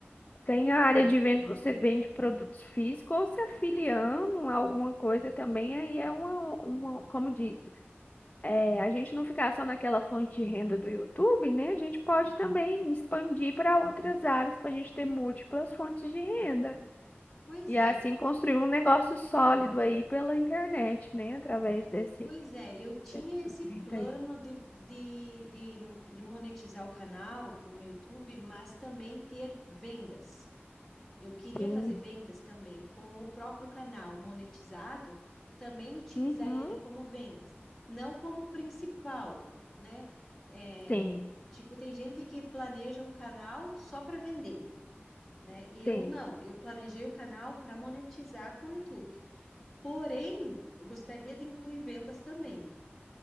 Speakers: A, on the left; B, in the centre.
A: Tem a área de venda, você vende produtos físicos ou se afiliando a alguma coisa também, aí é uma, uma como diz. é, a gente não ficar só naquela fonte de renda do YouTube, né? A gente pode
B: uhum.
A: também expandir para outras áreas para a gente ter múltiplas fontes de renda.
B: Pois
A: E assim
B: é.
A: construir um negócio sólido aí pela internet, né? Através desse
B: Pois é, eu tinha esse
A: segmento
B: plano
A: aí.
B: de, de, de, de monetizar o canal com o YouTube, mas também ter vendas. Eu queria
A: Sim.
B: fazer vendas também com o próprio canal monetizado, também utilizar
A: Uhum.
B: ele como vendas, não como principal, né? É,
A: Sim,
B: tipo, tem gente que planeja um canal só para vender, né? Eu
A: sim.
B: não, eu planejei o canal para monetizar com o YouTube. Porém, eu gostaria de incluir vendas também.